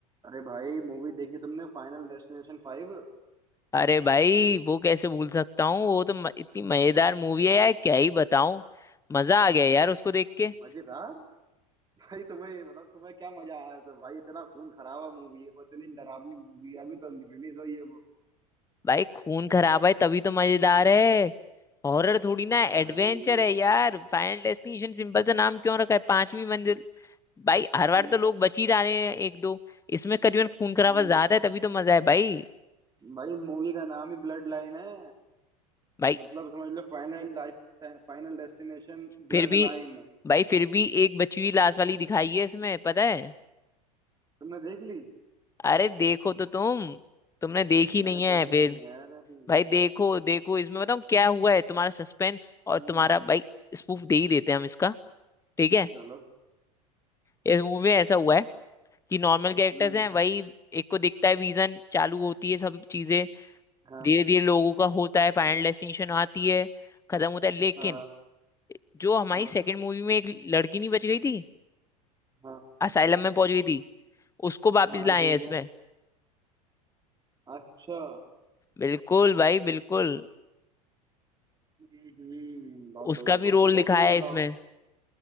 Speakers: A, on the right (about 20°); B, on the left (about 15°).
A: अरे भाई मूवी देखी तुमने फाइनल डेस्टिनेशन फाइव
B: अरे भाई वो कैसे भूल सकता हूँ वो तो म, इतनी मजेदार मूवी है यार क्या ही बताऊं मजा आ गया यार उसको देख के
A: मजेदार भाई तुम्हें ये बताओ तुम्हें क्या मजा आया सब भाई इतना खून खराबा मूवी है बस इतनी डरावनी मूवी है अभी तो रिलीज हुई है वो
B: भाई खून खराब है तभी तो मजेदार है हॉरर थोड़ी ना
A: ओ भाई
B: एडवेंचर है यार फाइनल डेस्टिनेशन सिंपल सा नाम क्यों रखा है पांचवी मंजिल भाई हर बार
A: हम्म
B: तो लोग बच ही जा रहे हैं एक दो इसमें करीबन खून खराबा
A: हम्म।
B: ज्यादा है तभी तो मजा है भाई
A: भाई मूवी का नाम ही ब्लड लाइन है
B: भाई
A: मतलब समझ लो final life Final Destination
B: फिर
A: ब्लड
B: भी
A: लाइन
B: भाई फिर भी एक बची हुई लाश वाली दिखाई है इसमें पता है
A: तुमने देख ली
B: अरे देखो तो तुम तुमने देखी
A: मैंने
B: नहीं है
A: देखी
B: फिर
A: नहीं है यार अभी
B: भाई देखो देखो इसमें बताऊँ क्या हुआ है तुम्हारा सस्पेंस और
A: हम्म
B: तुम्हारा भाई स्पूफ दे ही देते हैं हम इसका ठीक है
A: चलो
B: इस मूवी में ऐसा हुआ है कि नॉर्मल कैरेक्टर्स
A: हम्म
B: हैं वही एक को दिखता है विजन चालू होती है सब चीजें
A: हाँ
B: धीरे धीरे लोगों का होता है फाइनल डेस्टिनेशन आती है खत्म होता है लेकिन
A: हाँ
B: जो हमारी
A: हाँ
B: सेकंड मूवी में एक लड़की नहीं बच गई थी
A: हाँ
B: असाइलम में पहुंच गई थी उसको वापस
A: हाँ
B: लाए
A: ठीक
B: हैं इसमें
A: है अच्छा
B: बिल्कुल भाई बिल्कुल
A: हम्म बहुत
B: उसका
A: बढ़िया बहुत
B: भी रोल
A: बढ़िया
B: दिखाया
A: अच्छा ये
B: है
A: बताओ
B: इसमें